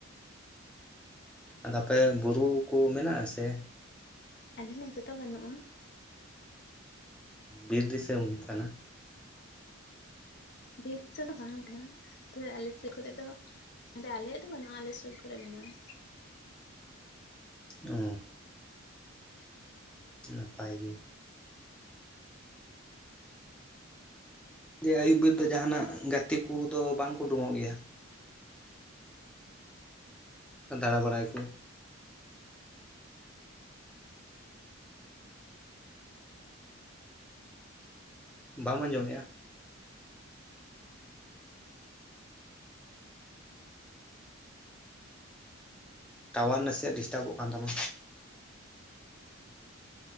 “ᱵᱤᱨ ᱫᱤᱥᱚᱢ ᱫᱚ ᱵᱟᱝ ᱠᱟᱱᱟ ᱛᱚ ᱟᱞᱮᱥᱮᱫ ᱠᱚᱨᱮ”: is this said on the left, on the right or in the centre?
Left